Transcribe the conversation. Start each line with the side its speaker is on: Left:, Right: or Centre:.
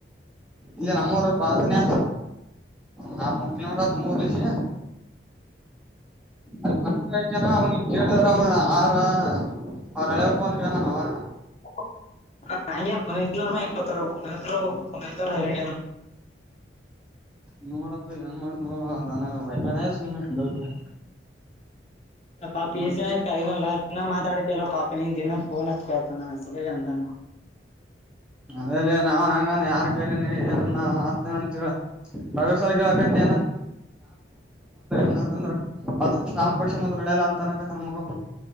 Centre: ಇಲ್ಲ ನಮ್ಮೂರುನ ಹಾ ಮೂರ್ ಕಿಲೋ ಮೀಟರ್ ನಮೂರಲಸಿ ಅ ಬಂದ ಜನ ಅವನ ಕೇಳಿ ಅವ ಆರ ಅವ್ರಳೆಕ್ ಬಂದ್ರ ನಾನ ಅವ
Left: ನಜ್ನವರನಜ್ವ ಹ
Centre: ನೋಡಪ್ಪ ಹೆಂಗ ಮಾಡ್ದ್ ನ ಅದಾನ ವೈಕಾನ ಸುಮ್ಮನೆ ಅತ ಹ
Left: ಪಾ ಪಿ ಎಸ್ ದಿನ ಆಯ್ತ ಕ ದಿನ ಮಾತಾಡ ಎಲ್ಲ ಪಾಪಿನ ದನ್ನ ಫೋನಚ್ ಕತಾನ ಅಲ್ಲ ಅಂದಾನ
Centre: ಅದಲ್ಲಿ ನಾವ ಹೆಂಗ ಯಾರ್ ಕಾಯಲ ಏ ಅತೇನಂತ ಬಗ ಸಲಗ ನ್ಟ ಏಂತಂದ್ರರು ಅದ ಸ್ಟ್ಯಾಂಪ ಹೊಡಿಸಿ ಬಂದ್ರ ನಡೆಲ್ಲ ಅಂತನ ಮಗ